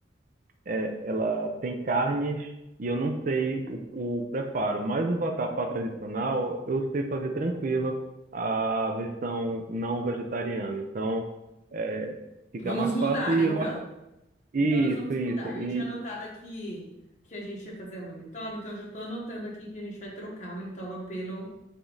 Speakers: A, on the right; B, on the left.
A: é- ela tem carnes e eu não sei o, o preparo, mas o vatapá tradicional eu sei fazer tranquilo a versão não vegetariana, então é, fica
B: Vamos
A: mais
B: mudar,
A: fácil e
B: então.
A: eu acho isso,
B: Então, nós vamos
A: isso,
B: mudar.
A: e,
B: Eu tinha anotado aqui que a gente ia fazer a Manitoba, então eu já estou anotando aqui que a gente vai trocar a Manitoba pelo